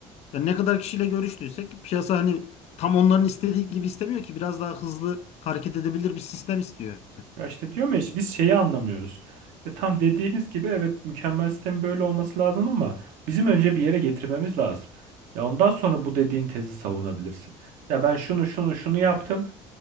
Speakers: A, on the left; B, on the right.
A: ya ne kadar kişiyle görüştüysek piyasa hani tam onların istediği gibi istemiyor ki biraz daha hızlı hareket edebilir bir sistem istiyor.
B: Ya işte diyorum ya işte biz şeyi anlamıyoruz. Ya tam dediğiniz gibi evet mükemmel sistemin böyle olması lazım ama bizim önce bir yere getirmemiz lazım. Ya ondan sonra bu dediğin tezi savunabilirsin. Ya ben şunu şunu şunu yaptım.